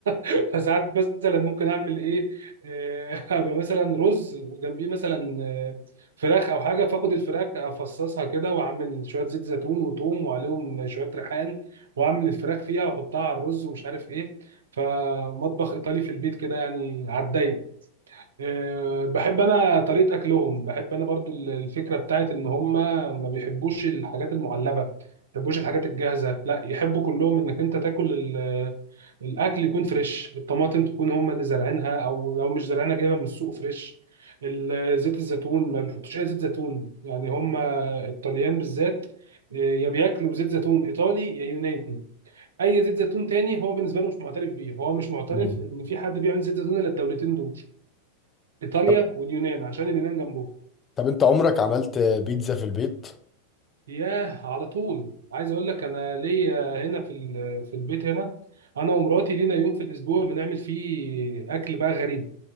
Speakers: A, on the right; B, on the left.
A: <laughs> فساعات مثلا ممكن اعمل ايه آه، <laughs> ابقى مثلا رز وجنبيه مثلا آه، فراخ او حاجه فاخد الفراخ افصصها كده واعمل شويه زيت زيتون وثوم وعليهم شويه ريحان واعمل الفراخ فيها واحطها على الرز ومش عارف ايه فمطبخ ايطالي في البيت كده يعني على الضيق أه، بحب انا طريقه اكلهم بحب انا برضو ال- الفكره بتاعت ان هم ما بيحبوش الحاجات المعلبه ما بيحبوش الحاجات الجاهزه لا يحبوا كلهم انك انت تاكل ال- الاكل يكون فريش الطماطم تكون هم اللي زارعينها او لو مش زارعينها جايبها من السوق فريش ال- زيت الزيتون ما بيحطوش اي زيت زيتون يعني هم الطليان بالذات أه، يا بياكلوا بزيت زيتون ايطالي يا يوناني اي زيت زيتون تاني هو بالنسبه له مش معترف بيه هو مش معترف
B: امم
A: ان في حد بيعمل زيت زيتون الا الدولتين دول ايطاليا
B: طب
A: واليونان عشان اليونان جنبهم
B: طب أنت عمرك عملت بيتزا في البيت؟
A: ياه على طول عايز اقول لك انا ليا هنا في ال- في البيت هنا انا ومراتي لينا يوم في الاسبوع بنعمل فيه اكل بقى غريب